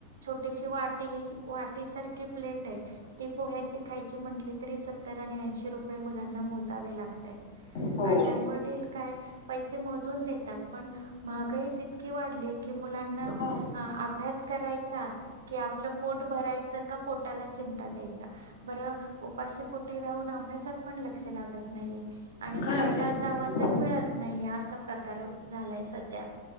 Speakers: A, on the right; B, on the left.
A: छोटीशी वा टी वाटी सारखी प्लेट आहे ती पोह्याची खायची म्हटली तरी सत्तर आणि ऐंशी रुपये मुलांना मोजावे लागतायत.
B: हो
A: आणि आईवडील काय पैसे मोजून दे तात पण महागाईच इतकी वाढली की मुलांना
B: हो
A: अ अभ्यास करायचा कि आपलं पोट भरायचं का पोटाला चिमटा द्यायचा बरं उपाशी पोटी राहून आप अभ्यासात पण लक्ष लागत नाहीये आणि
B: खरंच
A: खायला
B: आहे ना.
A: जावं तर मिळत नाहीये असं प्रकार झालाय सध्या